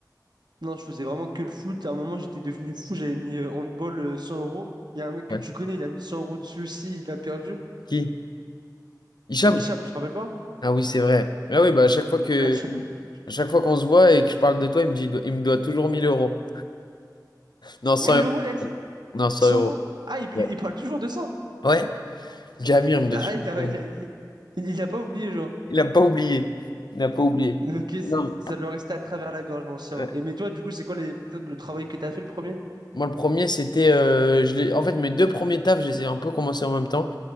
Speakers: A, on the right (about 80°); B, on the left (about 80°).
A: Non, je faisais vraiment que le foot. À un moment, j'étais devenu fou, j'avais mis euh, handball euh, 100 euros. Il y a un mec que
B: Ouais.
A: tu connais, il a mis 100 euros dessus aussi, il a perdu.
B: Qui? Hicham?
A: Hicham, tu te rappelles pas?
B: Ah oui, c'est vrai. Ah oui, bah à chaque fois que
A: <laughs>
B: à chaque fois qu'on se voit et que je parle de toi, il me dit il me doit toujours 1000 euros. Non, 100
A: Mille
B: euros.
A: euros, il a dit?
B: Non, 100
A: cent
B: euros.
A: euros. Ah, il, il-
B: Ouais,
A: il parle toujours de ça.
B: Ouais, Jamir il me doit
A: Ah,
B: toujours
A: il a,
B: 100
A: il
B: euros.
A: a- il- il a pas oublié, genre.
B: Il n'a pas oublié. Il n'a pas oublié.
A: <laughs> Ok, c'est-
B: Non, mais,
A: c'est- ça doit rester à travers la gorge, l'ancien.
B: ouais.
A: Et mais toi, du coup, c'est quoi les- le travail que t'as fait le premier?
B: Moi, le premier, c'était. euh, je l'ai- en fait, mes deux premiers tafs, je les ai un peu commencés en même temps.